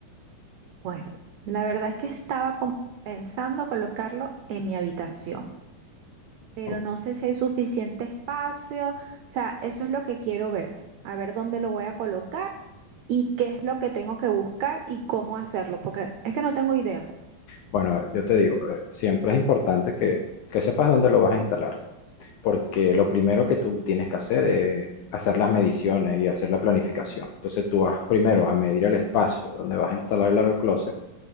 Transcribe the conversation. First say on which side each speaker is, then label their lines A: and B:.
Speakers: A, on the right; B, on the left.
A: Bueno, la verdad es que estaba com- pensando colocarlo en mi habitación, pero
B: O-
A: no sé si hay suficiente espacio. O sea, eso es lo que quiero ver, a ver dónde lo voy a colocar y qué es lo que tengo que buscar y cómo hacerlo, porque es que no tengo idea.
B: Bueno, eh, yo te digo, eh, siempre es importante que, que sepas dónde lo vas a instalar, porque lo primero que tú tienes que hacer es hacer las mediciones y hacer la planificación. Entonces tú vas primero a medir el espacio donde vas a instalar el aerocloset